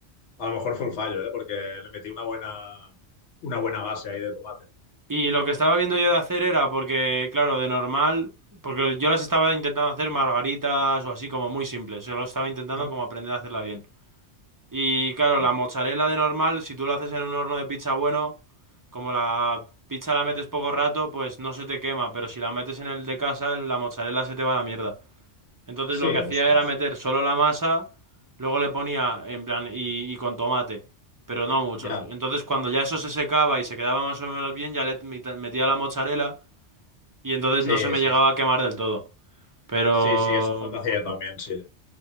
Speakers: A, on the left (about 75°); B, on the right (about 35°).
A: A lo mejor fue el fallo, ¿eh? Porque le metí una buena, una buena base ahí de tomate.
B: Y lo que estaba viendo yo de hacer era, porque, claro, de normal, porque yo las estaba intentando hacer margaritas o así como muy simples, yo lo estaba intentando
A: Ajá.
B: como aprender a hacerla bien. Y claro,
A: Vale.
B: la mozzarella de normal, si tú lo haces en un horno de pizza bueno, como la pizza la metes poco rato, pues no se te quema, pero si la metes en el de casa, la mozzarella se te va a la mierda. Entonces
A: Sí,
B: lo que hacía
A: ostras.
B: era meter solo la masa, luego le ponía en plan y, y con tomate, pero no muchos.
A: Ya.
B: Entonces cuando ya eso se secaba y se quedaba más o menos bien, ya le met- metía la mozzarella y entonces
A: Sí,
B: no se me
A: sí,
B: llegaba
A: sí.
B: a quemar del todo. Pero
A: Sí, sí, eso es lo que hacía yo también, sí.